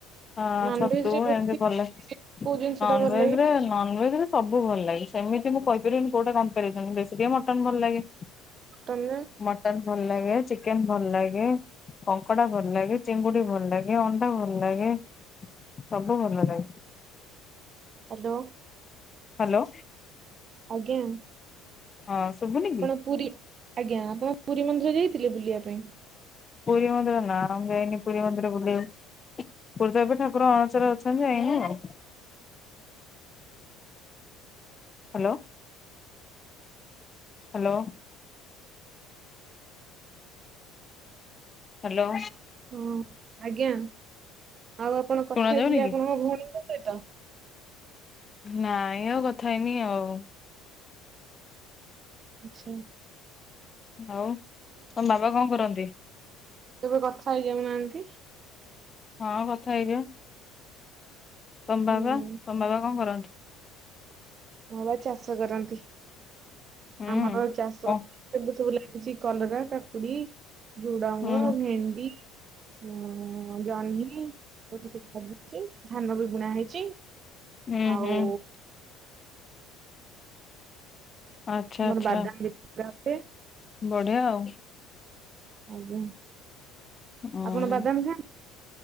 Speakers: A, on the left; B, on the right.
A: ହଁ
B: ନନଭେଜରେ
A: ଛତୁ
B: ବେଶୀ
A: ଏମିତି ଭଲ ଲାଗେ।
B: କୋଉ ଜିନିଷ
A: ନନ୍ଭେଜ୍
B: ଟା ଭଲ ଲାଗେ
A: ରେ ନନ୍ଭେଜ୍ ରେ ସବୁ ଭଲ ଲାଗେ। ସେମିତି ମୁଁ କହିପାରିବିନି କୋଉଟା କମ୍ପାରିଜନ୍ ବେଶୀ ଟିକେ ମଟନ୍ ଭଲ ଲାଗେ।
B: ତମେ?
A: ମଟନ୍ ଭଲ ଲାଗେ। ଚିକେନ୍ ଭଲ୍ ଲାଗେ। କଙ୍କଡା ଭଲ୍ ଲାଗେ। ଚିଙ୍ଗୁଡି ଭଲ୍ ଲାଗେ। ଅଣ୍ଡା ଭଲ୍ ଲାଗେ। ସବୁ ଭଲ ଲାଗେ।
B: ହାଲୋ।
A: ହାଲୋ।
B: ଆଜ୍ଞା।
A: ହଁ ଶୁଭୁନି?
B: ଆପଣ
A: କି?
B: ପୁରୀ, ଆଜ୍ଞା ଆପଣ ପୁରୀ ମନ୍ଦିର ଯାଇଥିଲେ ବୁଲିବା ପାଇଁ?
A: ପୁରୀ ମନ୍ଦିର ନାଁ ମୁଁ ଯାଇନି ପୁରୀ ମନ୍ଦିର ବୁଲିବାକୁ। ପୁରୀରେ ତ ଏବେ ଠାକୁର ଅଣସରରେ ଅଛନ୍ତି ଯାଇନି ଆଉ। Hello hello. ହାଲୋ।
B: ହଁ। ଆଜ୍ଞା ଆଉ ଆପଣ କଥା
A: ଶୁଣା
B: ହେଇଥିଲେ
A: ଯାଉନି କି?
B: ଆପଣଙ୍କ ଭଉଣୀଙ୍କ ସହିତ?
A: ନାଇଁ ଆଉ କଥା ହେଇନି ଆଉ।
B: ଆଚ୍ଛା।
A: ଆଉ ତମ ବାବା କଣ କରନ୍ତି?
B: ଏବେ କଥା ହେଇଯାଉନାହାନ୍ତି।
A: ହଁ କଥା ହେଇଯିବା। ତମ
B: ହୁଁ
A: ବାବା ତମବାବା କଣ କରନ୍ତି?
B: ମୋ ବାବା ଚାଷ କରନ୍ତି।
A: ହୁଁ।
B: ଆମର ଚାଷ
A: ଓ
B: ଏବେ ସବୁ ଲାଗିଚି କଲରା, କାକୁୁଡି, ଝୁଡଙ୍ଗ,
A: ହୁଁ
B: ଭେଣ୍ଡି। ହୁଁ। ହୁଁ ଜହ୍ନି ଏରା ତ ସବୁ ଲାଗିଚି। ଧାନ ବି ବୁଣା ହେଇଚି।
A: ହୁଁ
B: ଆଉ
A: ହୁଁ ଆଚ୍ଛା
B: ଆମର
A: ଆଚ୍ଛା
B: ବାଦାମ। <unintelligible>
A: ବଢିଆ ଆଉ।
B: ଆଜ୍ଞା,
A: ଆଉ।
B: ଆପଣ ବାଦାମ <unintelligible>